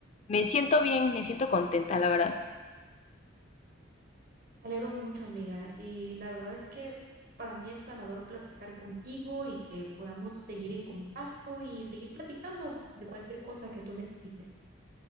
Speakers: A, on the left; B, on the right.
A: Me siento bien, me siento contenta, la verdad.
B: Me alegro mucho, amiga, y la verdad es que para mí es sanador platicar contigo y que podamos seguir en contacto y seguir platicando de cualquier cosa que tú necesites.